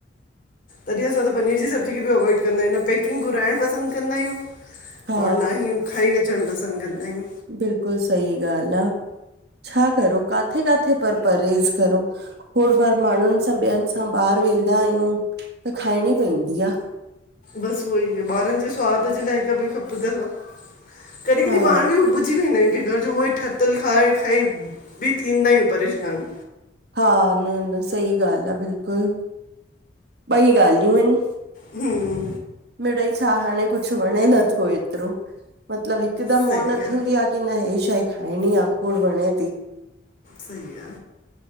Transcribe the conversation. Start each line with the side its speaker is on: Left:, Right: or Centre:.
Left: तॾी असां त पनीर जी सब्जी खे बि अवॉइड कंदा आयूं, न पैकिंग घुराएण पसंद कंदा आयूं
Right: हा
Left: और ना ही, खाई अचण पसंद कंदायूं।
Right: बिल्कुल सई ॻाल आ, छा करो? काथे काथे पर, परहेज़ करो? खोड़ बार माणुन सां, ॿियन सां, ॿाहर वेंदा आयूं त खायणी पैंदी आ।
Left: बस उहोई आ, ॿारन जे स्वाद जे लाय कभी खपदो आ, कॾी कॾी
Right: हा
Left: पाण बि भुल्ॼी वेंदा आयूं, कि घर जो उहोई ठातल खाई खाई बि थींदा आयूं, परेशान।
Right: हा, न न सही ॻाल आ बिल्कुल, ॿई ॻाल्हियूं इन।
Left: हूं
Right: मिड़ई छा हाणे कुछ वणे नथो एतरो, मतलब हिकदम
Left: सही
Right: हो न
Left: आहे
Right: थींदी आ कि न, हे शय खाइणी आ खोड़ वणे ती।
Left: सही आ,